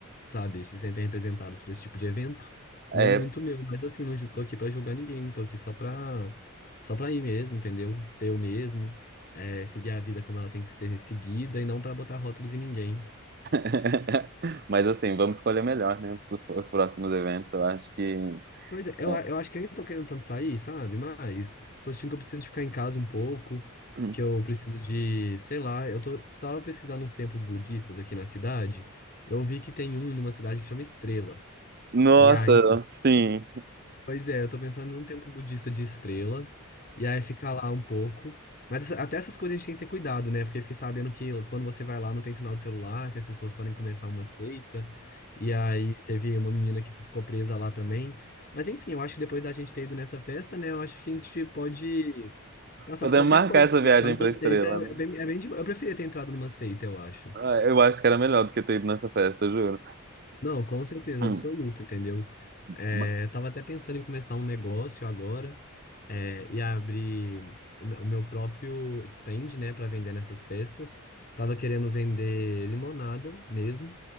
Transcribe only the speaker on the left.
sabe, se sentem representadas por esse tipo de evento.
Não é muito meu, mas assim, não ju- tô aqui para julgar ninguém, tô aqui só pra, só pra ir mesmo, entendeu? Ser eu mesmo, é, seguir a vida como ela tem que ser seguida e não para botar rótulos em ninguém.
Pois é, eu,
a- eu acho que nem tô querendo tanto sair, sabe? Mas tô sentindo que eu preciso de ficar em casa um pouco,
que eu preciso de, sei lá, eu tô, tava pesquisando uns templos budistas aqui na cidade, eu vi que tem um numa cidade que chama Estrela.
E aí
Pois é, eu tô pensando num templo budista de estrela, e aí ficar lá um pouco. Mas essa- até essas coisas a gente tem que ter cuidado, né? Porque eu fiquei sabendo que quando você vai lá não tem sinal de celular, que as pessoas podem começar uma seita. E aí teve uma menina que ficou presa lá também. Mas enfim, eu acho que depois da gente ter ido nessa festa, né? Eu acho que a gente pode passar
por qualquer
coisa.
também.
Entrar numa
seita
é
bem, é bem de... boa. Eu preferia ter entrado numa seita, eu acho.
Não, com certeza
absoluta, entendeu? É,
eu tava até pensando em começar um negócio agora, é, e abrir o me- o meu próprio stand, né, para vender nessas festas. Tava querendo vender limonada mesmo